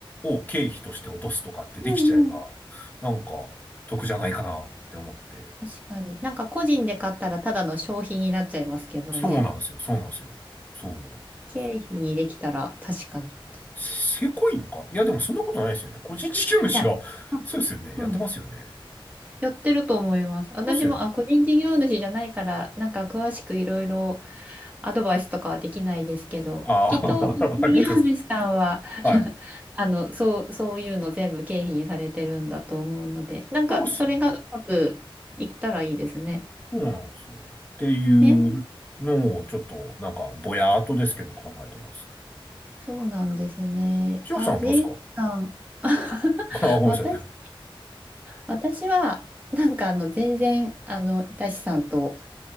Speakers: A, on the left (about 20°); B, on the right (about 15°).
A: を経費として落とすとかってできちゃえば、
B: うんうん。
A: なんか得じゃないかなって思って。
B: 確かに。なんか個人で買ったらただの消費になっちゃいますけどね。
A: そうなんですよ。そうなんですよ。そう。
B: 経費にできたら確かに。い
A: せせこいのかいや、でもそんなことないですよね。個人事業主が、
B: や、
A: そうですよね。
B: うんうん
A: やってますよね。
B: やってると思います。私も、
A: そうですよね。
B: あ、個人事業主じゃないから、なんか詳しくいろいろアドバイスとかはできないですけど、
A: ああ、
B: きっと、事業主さんは
A: <laughs> ありがとうございます。
B: <laughs>
A: はい。
B: あの、そう、そういうの全部経費にされてるんだと思うので、なんか、
A: そうですよね。
B: それがうまくいったらいいですね。
A: そうなんですよ。っていうのを、
B: えー、
A: ちょっと、なんか、ぼやーっとですけど考えてます。
B: そうなんですね。
A: 千穂さんはどうですか
B: あ、税理士さん。<laughs>
A: <laughs> あ、ごめんなさい。
B: 私、私は、なんかあの、全然、あの、いたしさんと